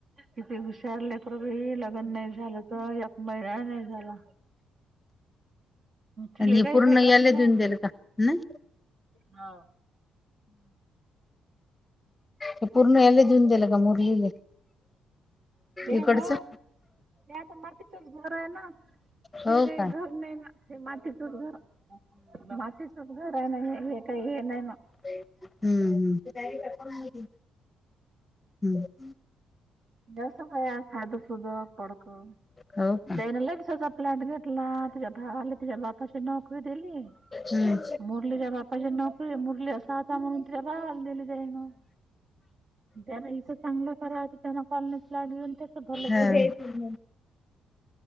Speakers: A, on the right; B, on the left.
A: किती हुशारले प्रभ लग्न नाही झालं तर एक महिना नाही झाला तिले
B: आणि हे
A: काही
B: पूर्ण
A: भेटत
B: याला
A: नाही
B: देऊन दिलं का नाही
A: हा
B: ते पूर्ण याला देऊन दिलं का मुरलीले
A: ते
B: इकडचं
A: हो ते आता मातत घर आहे ना
B: हो
A: हे काही
B: का
A: घर
B: हम्म
A: नाही ना ते माती चूचगार माती चचगार आहे ना काही हे नाही ना
B: हम्म हम्म हम्म
A: जावसाम साद सुद पडक
B: हो का
A: ते दिसज प्लॅट घेटला तिच्या भाला तिच्या्या बापाशी नोकरी दिली
B: हम्म
A: मुरलीच्या बापाची नोकरी मुरली असा आता म्हणून तिच्या बावाला दिली जाई ना जला इथं चांगलं करा हों कॉल प लाडू ते तर भल
B: हा
A: क्षीर